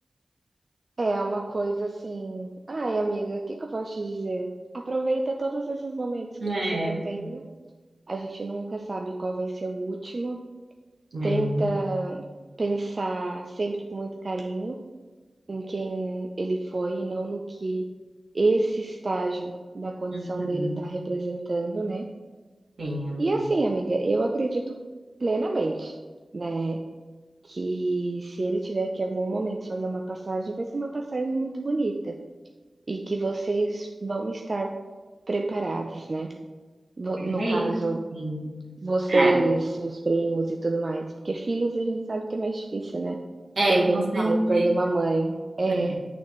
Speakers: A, on the right (about 40°); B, on the right (about 70°).
A: É uma coisa assim: "Ai, amiga, o que que eu posso te dizer? Aproveita todos esses momentos que
B: É.
A: você tá tendo, a gente nunca sabe qual vai ser o último.
B: É,
A: Tenta pensar sempre com muito carinho em quem ele foi e não no que esse estágio da condição
B: Uhum.
A: dele está representando, né".
B: sim, amiga.
A: E assim, amiga, eu acredito plenamente, né, Que se ele tiver que em algum momento fazer uma passagem, vai ser uma passagem muito bonita e que vocês vão estar preparados, né. Vo no
B: É
A: caso,
B: isso. sim.
A: vocês,
B: É.
A: seus primos e tudo mais, porque filhos a gente sabe que é mais difícil, né.
B: É,
A: Perder
B: com
A: um
B: certeza.
A: pai, perder uma mãe. É,
B: né?